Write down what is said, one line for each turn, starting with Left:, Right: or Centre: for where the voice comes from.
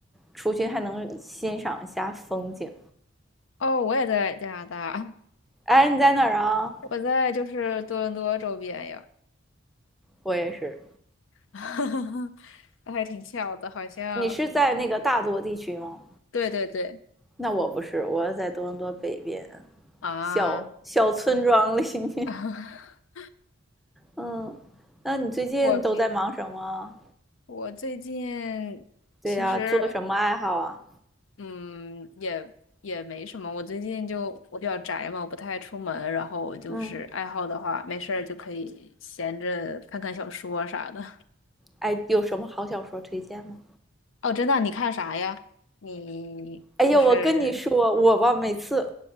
Centre: 出去还能欣赏一下风景。
Left: 哦，我也在加拿大。
Centre: 哎，你在哪儿啊？
Left: 我在就是多伦多周边呀，
Centre: 我也是。
Left: <laughs> 还挺巧的，好像。
Centre: 你是在那个大多地区吗？
Left: 对对对，
Centre: 那我不是，我在多伦多北边
Left: 啊，
Centre: 小小村庄里面。
Left: <laughs>
Centre: 嗯，那你最近都在忙什么？
Left: 我平我最近其实
Centre: 对呀，做什么爱好啊？
Left: 嗯也也没什么，我最近就我比较宅嘛，我不太出门，然后我就是爱好的话，
Centre: 嗯，
Left: 没事儿就可以闲着看看小说啊啥的。
Centre: 哎，有什么好小说推荐吗？
Left: 哦，真的，你看啥呀？你就是
Centre: 哎呀，我跟你说，我吧，每次